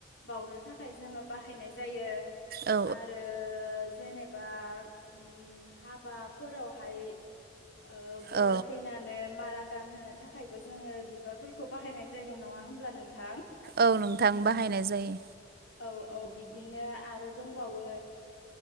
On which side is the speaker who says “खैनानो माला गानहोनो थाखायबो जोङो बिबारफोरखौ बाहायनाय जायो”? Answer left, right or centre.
Left